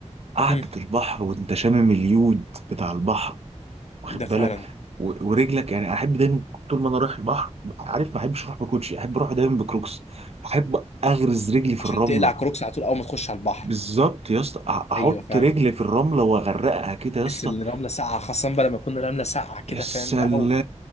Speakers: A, on the right; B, on the left.
A: قعدة
B: هم.
A: البحر وانت شامم اليود بتاع البحر واخد
B: ده فعلا
A: بالك و- ورجلك يعني احب دايما طول ما انا رايح البحر عارف ما احبش اروح بكوتشي احب اروح دايما بكروكس احب اغرز رجلي في
B: عشان
A: الرمله
B: تقلع كروكس على طول اول ما تخش على البحر
A: بالظبط يا اسطى أح- احط
B: ايوه فعلا
A: رجلي في الرمله واغرقها كده يا اسطى
B: تحس ان الرمله ساقعه خاصه بقى لما تكون الرمله ساقعه كده
A: يا سلام
B: فاهم بقى او